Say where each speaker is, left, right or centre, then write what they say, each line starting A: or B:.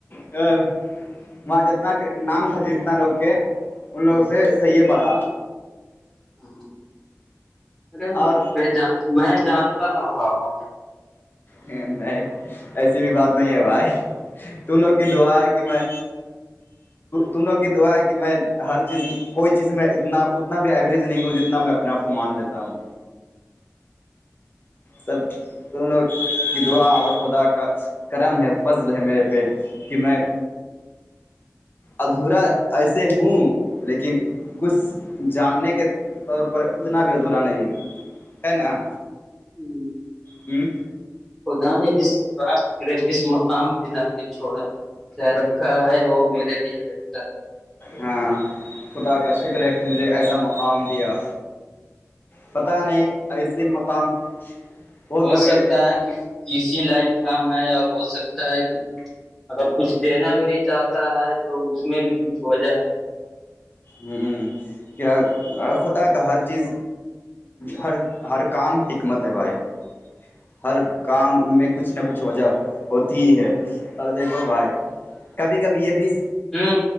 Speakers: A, on the left; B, on the left.
A: ا وہاں جتنا نام تھا ج اتنا لوگ کہ ان
B: ہوں
A: لوگوں سے صحیح پڑھا
B: ہ ارے
A: اور
B: میں میں جانتا نہ ہوں بابو
A: نہیں ایسی بھی بات نہیں ہے بھائی تونوں کی دعا ہے کہ میں تونوں کی دعا ہے کہ میں ہر چیز کوئی چیز میں اتنا اتنا بھی ایوریج نہیں ہو جتنا میں اپنے آپ کو مان لیتا ہوں سب دونوں کی دعا اور خدا کا کرم ہے فضل ہے میرے پہ کہ میں ادھورا ایسے ہوں لیکن کچھ جاننے کے طور پر اتنا بھی ادھورا نہیں ہوں ہے نا
B: ہوں
A: ہ
B: خدا نے جسپ کرے جس مقام پ لا کے چھوڑا سے رکھا ہے وہ میرے لیے بہتر
A: ہاں خدا کا شکر ہے کہ مجھے ایسا مقام دیا پتہ نہیں ایسے مقام بہت
B: ہو
A: کوئی
B: سکتا ہے کہ اسی لائق ٹام ہے اور ہو سکتا ہے کہ اگر کچھ دینا بھی نہیں چاہتا ہے تو اس میں بھی کچھ وجہ ہے
A: ہ کیا اور خدا کا ہر چیز ہر ہر کام حکمت ہے بھائی ہر کام میں کچھ نہ کچھ وجہ ہوتی ہی ہے اور دیکھو بھائی کبھی کبھی یہ بھی
B: ہوں